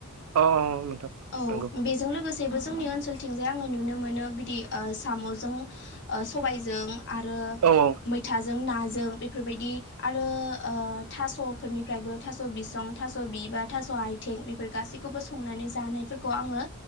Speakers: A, on the right; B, on the left.
A: औ नोंथां
B: औ
A: नंगौ
B: बे जों लोगोसेबो जोंनि ओनसोलथिंजाय आङो नुनो मोनो बिदि साम'जों ओ सबायजों आरो
A: औ औ
B: मैथाजों ना जों बेफोरबायदि आरो ओ थास'फोरनिफ्रायबो थास' बिसं थास' बिबा थास' आइ थें बेफोर गासैखौबो संनानै जानायफोरखौ आङो